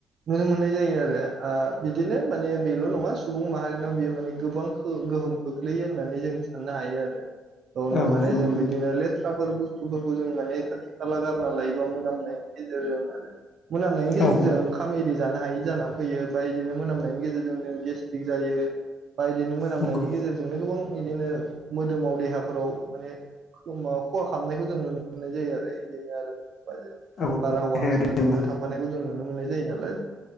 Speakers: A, on the right; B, on the left.
A: नुनो मोननाय जायो आरो बिदिनो माने बेल' नङा सु सुबुं माहारिनाव बियो माने गोबां गोहोम खोख्लैयो होननानै जों साननो हायो आरो उनाव
B: औ
A: माने
B: औ नंगौ
A: जों बिदिनो
B: नोंथां
A: लेथ्राफोर बुस्थुफोर खौ जों माने खाथि खाला गारना लायोबा मोनामनायनि गेजेरजों आरो मोनामनायनि गेजेरजों
B: औ औ
A: ओंखाम एरि जा हायि जानानै फैयो बाइ इदिनो मोनामनायनि गेजेरजों जों गेस्ट्रिक जायो बाय इदिनो मोनामनायनि
B: नंगौ
A: गेजेरजोंनो गोबां इदिनो मोदोमाव देहाफोराव माने होमबा खहा खालामनायखौ जों नुनो मोननाय जायो आरो इदिनो आरो बारजों
B: औ औ
A: बारहावाफोरजोंबो
B: देहायारि जेंना
A: थांफानायखौ जों नुनो मोननाय जायो नालाय